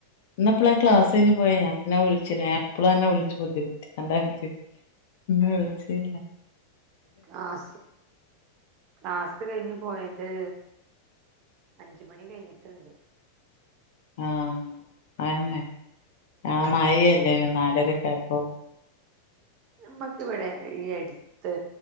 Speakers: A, on the left; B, on the right.
A: ഇന്നെപ്പളെ ക്ലാസ് ത്തേഞ്ഞു പോയീനോ പിന്നെ വിളിച്ചില്ല ഞാൻ എപ്പളും അന്നെ വിളിച്ചു ബുദ്ധിമുട്ടിക്കണ്ടെന്ന് വെച്ച് ഉം വിളിച്ചില
B: ക്ലാസ് ക്ലാസ് കഴിഞ്ഞു പോയത് അഞ്ചുമണി കഴിഞ്ഞിട്ടുണ്ട്
A: ആഹ് അതന്നെ ആ മഴയല്ലേ നാലരക്കായപ്പോ
B: ഇമ്മ ക്കിവിടെ ഈ അടി ത്ത്